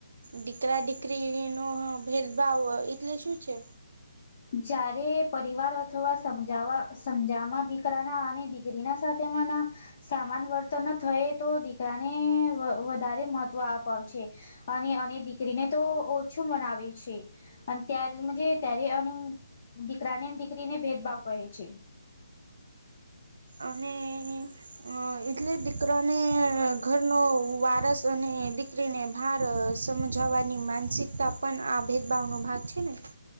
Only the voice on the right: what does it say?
દીકરા દીકરીનો ભેદભાવ એટલે શું છે?
અને અ એટલે દીકરાને ઘરનો વારસ અને દિકરી ને ભાર સમજાવાની માનસિકતા પણ આ ભેદભાવ નો ભાગ છે ને